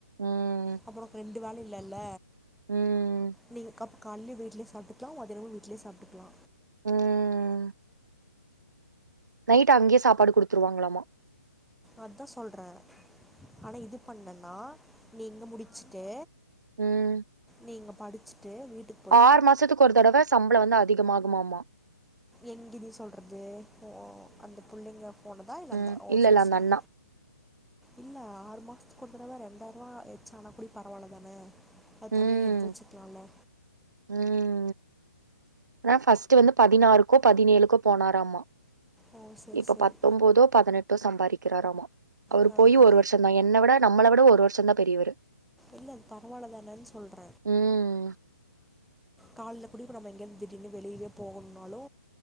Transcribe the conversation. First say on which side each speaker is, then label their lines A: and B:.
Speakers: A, on the right (about 80°); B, in the centre.
A: ம்ம்
B: அப்ப உனக்கு ரெண்டு வேல இல்லல்ல
A: ம்
B: நீங்க கப் கால்லே வீட்லியே சாப்டுக்லா மதியானமு வீட்லியே சாப்டுக்லா
A: ம் நைட் அங்கயே சாப்பாடு குடுத்துருவாங்களாமா
B: அதா சொல்ற ஆனா இது பண்ணன்னா நீ இங்க முடிச்சுட்டு
A: ம்
B: நீங்க படிச்சிட்டு வீட்டுக்
A: ஆறு மாசத்துக்கு ஒரு தடவ சம்பளோ வந்து அதிகமாகுமாமா
B: எங்கடி சொல்றது ஓ அந்த புள்ளைங்க போனதா இல்ல அந்த
A: ம்
B: ஓ
A: இல்லல்ல
B: செரி செரி
A: அந்த அண்ணா
B: இல்ல ஆறு மாசத்துக் ஒரு தடவ ரெண்டாயிரூவா எக்ச்சா ஆனா கூடி பரவாயில்ல தான அது
A: ம்
B: தணினு எடுத்து வச்சுக்குலால
A: ம் அதா ஃபர்ஸ்ட் வந்து பதினாறுக்கோ பதினேழுக்கோ போனாராமா
B: ஓ செரி
A: இப்ப
B: செரி
A: பத்தொன்பதோ பதினெட்டோ சம்பாதிக்கிறாராமா அவரு
B: ஆ
A: போய்
B: ஆ
A: ஒரு வருஷோ தா என்ன விட நம்மள விட ஒரு வருஷோ தா பெரியவரு
B: இல்ல பரவால்ல தானன்னு சொல்ற
A: ம்
B: கால்ல கூடி இப்போ நம்ம இங்கந்து திடீர்னு வெளிய போணுனாலு